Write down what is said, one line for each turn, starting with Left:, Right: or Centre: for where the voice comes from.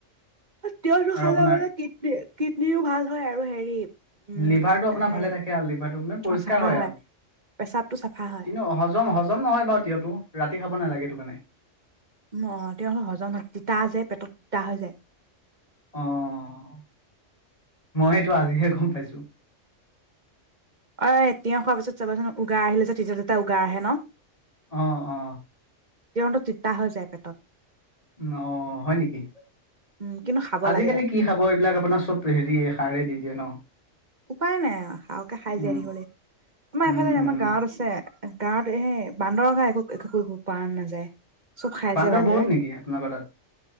Right: আৰু তিয়হটো
Left: আৰু
Right: খালে
Left: আপোনাৰ
Right: মানে কিডনী কিডনীৰো ভাল হয় আৰু হেৰি উম
Left: লিভাৰটো আপোনাৰ
Right: হে
Left: ভালে থাকে আৰু লিভাৰটো মানে পৰিষ্কাৰ
Right: অ চাফা
Left: হয়, আৰু
Right: পেচাবটো চাফা হয়
Left: কিন্তু হজম, হজম নহয় বাৰু তিয়ঁহটো ৰাতি খাব নালাগে। টো কাণে
Right: অ', তিয়ঁহৰ হজম তিতা যে, পেটত তা হৈ যায়
Left: অ', মই এইটো আজিহে গম পাইছো।
Right: অ', তিয়ঁহ খোৱাৰ পিছত চাবাচোন উগাৰ আহিলে যে <unintelligible> এটা উগাৰ আহে ন?
Left: অ অ
Right: কিয়নো, তিতা হৈ যায় পেটত
Left: অ', হয়, নেকি?
Right: উম, কিন্তু খাব
Left: আজিকালি
Right: লাগে
Left: কি খাব এইবিলাক আপোনাৰ চব হেৰি সাৰে দি দিয়ে ন?
Right: উপায় নাই সাৰকে খাই‌ জীয়াই
Left: উম
Right: থাকিব লাগিব আমাৰ
Left: উম,
Right: এফালে
Left: উম,
Right: আমাৰ গাঁৱত আছে। গাঁৱত এই বান্দৰ গা একো-একো কৰিব পৰা নাযায়। চব খাই
Left: বান্দৰ
Right: যে বান্দৰে
Left: বহুত নেকি আপোনোকৰ তাত?